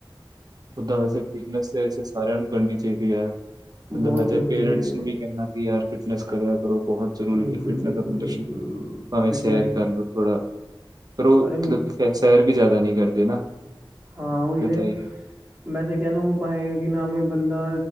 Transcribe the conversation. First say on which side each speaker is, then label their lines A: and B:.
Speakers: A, on the right; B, on the right.
A: ਓਦਾਂ ਵੈਸੇ ਫਿਟਨੈਸ ਐ ਵੈਸੇ ਸਾਰੇਆਂ ਨੂੰ ਈ ਕਰਨੀ ਚਾਈਦੀ ਐ। ਮਤਲਬ
B: ਬਹੁਤ
A: ਮੈ ਤੇ
B: ਜ਼ਰੂਰੀ
A: ਪੇਰੈਂਟਸ
B: ਹੈ
A: ਨੂੰ ਵੀ ਕੈਨਾਂ ਕਿ ਯਾਰ ਫਿਟਨੈਸ ਕਰਿਆ ਕਰੋ ਬੋਹੋਤ ਜਰੂਰੀ
B: ਬਿਲਕੁਲ
A: ਏ ਫਿਟਨੈਸ
B: ਬਿਲਕੁਲ
A: ਆਪਨੀ <unintelligible>
B: ਬਿਲਕੁਲ
A: ਭਾਵੇ
B: ਫਿਟਨੈਸ
A: ਸੈਰ ਕਰ ਲੋ ਥੋੜਾ ਪਰ ਓ ਮਤਲਬ
B: ਅਰੇ
A: ਕਿ ਖ਼ੈਰ ਸੈਰ ਵੀ ਜਾਦਾ ਨੀ ਕਰਦੇ ਨਾ।
B: ਹਾਂ
A: ਦਿੱਕਤ
B: ਓਈ ਤੇ
A: ਆਈ ਹੈ
B: ਮੈਂ ਤੇ ਕੈਨਾ <unintelligible> ਕੀ ਨਾਮ ਏ ਬੰਦਾ